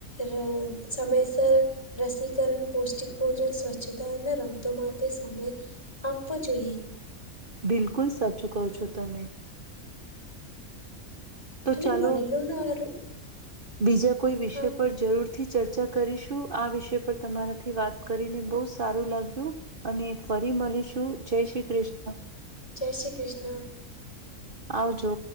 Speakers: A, on the left; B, on the right.
A: રય સમયસર રસીકરણ પૌષ્ટિક ભોજન સ્વચ્છતા અને રમતો માટે સમય આપવો જોઈએ.
B: બિલકુલ સાચું કહો છો તમે. તો
A: અને
B: ચાલો
A: વડીલોના આરો
B: બીજા કોઈ વિષય
A: હા
B: પર જરૂર થી ચર્ચા કરીશું આ વિષય પર તમારાથી વાત કરીને બહુ સારું લાગ્યું. અને ફરી મલી શું જય શ્રી કૃષ્ણ.
A: જય શ્રી કૃષ્ણ.
B: આવજો.